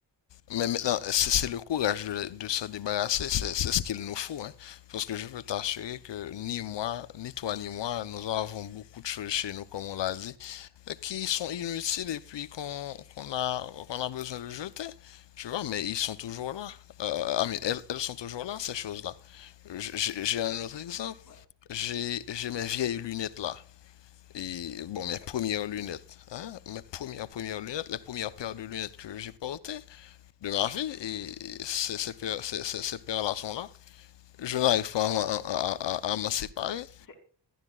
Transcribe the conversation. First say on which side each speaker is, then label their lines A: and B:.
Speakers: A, on the left (about 75°); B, on the left (about 50°).
A: Mais maintenant, c'est c'est le courage de, de s'en débarrasser, c'est c'est ce qu'il nous faut, hein. Parce que je peux t'assurer que ni moi, ni toi, ni moi, nous avons beaucoup de choses chez nous, comme on l'a dit, euh, qui sont inutiles et puis qu'on qu'on a, qu'on a besoin de jeter, tu vois, mais ils sont toujours là. Euh, ah, mais elles, elles sont toujours là, ces choses-là. J'ai j'ai un autre exemple.
B: ouais,
A: J'ai j'ai mes vieilles lunettes là. Et bon, mes premières
B: les vieilles lunettes,
A: lunettes, hein, mes premières, premières lunettes, les premières paires de lunettes que j'ai portées de ma vie et ces, ces, ces, ces, ces relations-là, je n'arrive pas à, à,
B: hein.
A: à, à m'en séparer.
B: C'est-